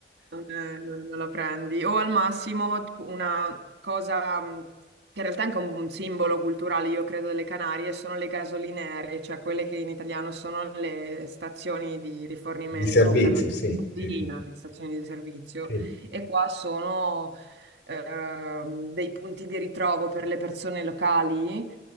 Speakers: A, on the right; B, on the left.
A: non, eh, non- non lo prendi. O al massimo una cosa mh, che in realtà è anche un, un simbolo culturale, io credo, delle Canarie, sono le gasolinere, cioè quelle che in italiano sono le stazioni di rifornimento
B: Di servizio,
A: per la
B: sì.
A: benzina,
B: Sì, sì,
A: le stazioni di servizio,
B: sì.
A: e qua sono ehm, dei punti di ritrovo per le persone locali.